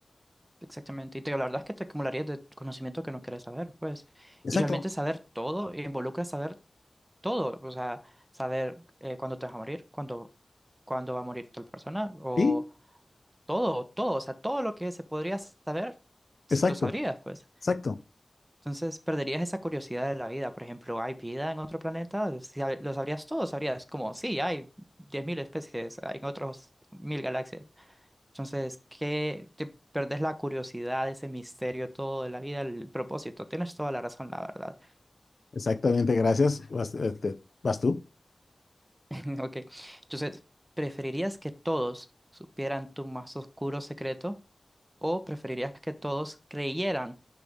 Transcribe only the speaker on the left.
Exacto.
Sí,
exacto,
exacto.
Exactamente, gracias. Vas, este, vas tú.